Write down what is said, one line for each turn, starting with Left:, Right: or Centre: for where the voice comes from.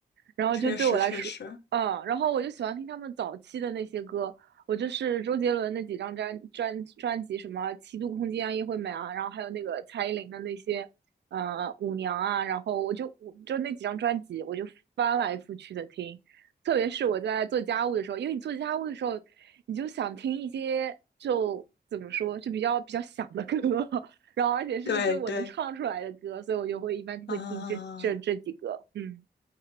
Right: 然后就对我来说，
Left: 确实确实，
Right: 嗯，然后我就喜欢听他们早期的那些歌，我就是周杰伦那几张专专专辑，什么《七度空间》啊、叶惠美啊，然后还有那个蔡依林的那些，呃，舞娘啊，然后我就我就那几张专辑，我就翻来覆去的听，特别是我在做家务的时候，因为你做家务的时候，你就想听一些就怎么说，就比较比较响的歌，<laughs> 然后而且是就是我能唱出来的歌，
Left: 对对，
Right: 所以我就会一般就会听这这这几个，
Left: 啊、
Right: 嗯。